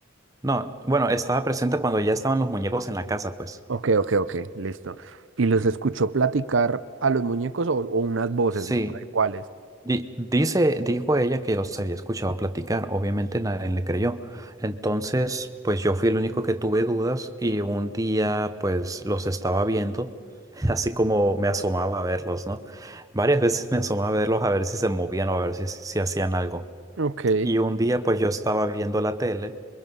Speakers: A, on the right (about 15°); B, on the right (about 65°).
A: No, bueno, estaba presente cuando ya estaban los muñecos en la casa, pues.
B: Ok, ok, ok, listo. ¿Y los
A: Y,
B: escuchó platicar a los muñecos o, o unas voces,
A: sí,
B: no sabe cuáles?
A: Di- Dice, dijo ella que los había escuchado platicar, obviamente nadie le creyó. Entonces, pues yo fui el único que tuve dudas y un día pues los estaba viendo, <laughs> así como me asomaba a verlos, ¿no? Varias veces me asomaba a verlos a ver si se movían o a ver si, si hacían algo.
B: Ok.
A: Y un día pues yo estaba viendo la tele